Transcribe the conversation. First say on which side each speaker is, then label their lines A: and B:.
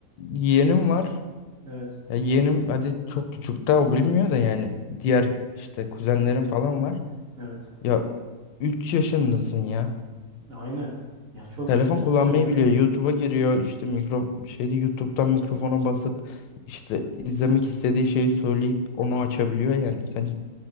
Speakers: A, on the left; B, on the right.
A: yeğenim var.
B: evet.
A: Ya yeğenim hadi çok küçük daha o bilmiyor da yani diğer işte kuzenlerim falan var.
B: Evet.
A: Ya 3 yaşındasın ya.
B: Aynen. Ya çok
A: Telefon
B: şaşırtıcı
A: kullanmayı
B: değil mi?
A: biliyor. YouTube'a giriyor. İşte mikro şeyde YouTube'dan mikrofona basıp işte izlemek istediği şeyi söyleyip onu açabiliyor yani. Sen